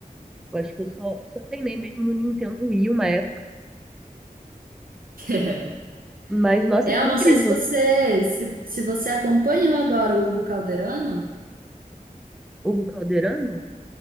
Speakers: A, in the centre; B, on the right (about 75°).
A: Eu acho que eu só, só treinei mesmo no Nintendo Wii uma época.
B: <laughs>
A: Mas, nossa,
B: É,
A: que
B: eu
A: incrível.
B: não sei se você se, se você acompanhou agora o Hugo Calderano.
A: Hugo Calderano?